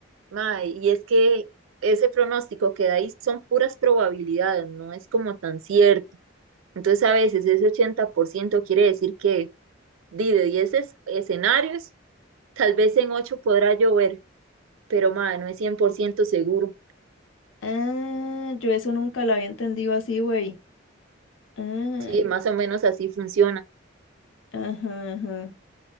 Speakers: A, on the right; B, on the left.
A: Mae, y es que ese pronóstico que da ahí son puras probabilidades, no es como tan cierto. Entonces a veces ese 80% quiere decir que di, de 10 es- escenarios, tal vez en 8 podrá llover, pero mae, no es 100% seguro.
B: Ah, yo eso nunca lo había entendido así, güey. Ah,
A: Sí, más o menos así funciona.
B: ajá, ajá.